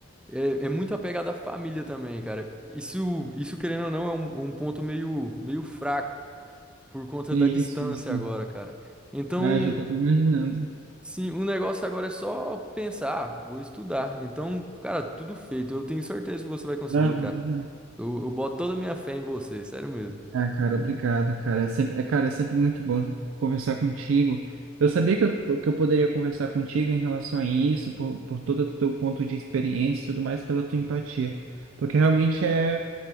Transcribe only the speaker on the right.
Isso,
isso.
Ah, já tô até imaginando.
Aham.
Ah, cara, obrigado, cara. É sempre, é, cara, é sempre muito bom conversar contigo. Eu sabia que eu, que eu poderia conversar contigo em relação a isso, por, por todo o teu ponto de experiência e tudo mais, pela tua empatia. Porque realmente é.